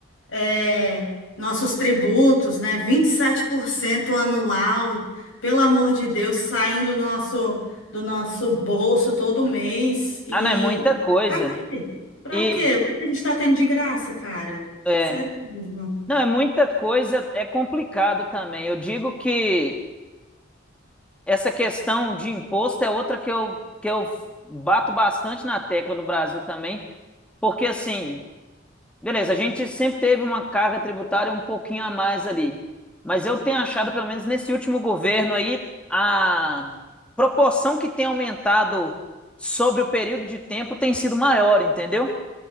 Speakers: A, on the left; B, in the centre.
A: é, nossos tributos, né? vinte e sete por cento anual, pelo amor de Deus, saindo do nosso, do nosso bolso todo mês. E
B: Ah, não, é muita coisa.
A: para o quê? Para
B: E
A: o quê? O que a gente está tendo de graça, cara?
B: é,
A: Sério mesmo.
B: não, é muita coisa, é complicado também. Eu digo que Essa questão de imposto é outra que eu, que eu bato bastante na tecla no Brasil também, porque assim, beleza, a gente sempre teve uma carga tributária um pouquinho a mais ali, mas eu tenho achado, pelo menos nesse último governo aí, a proporção que tem aumentado sobre o período de tempo tem sido maior, entendeu?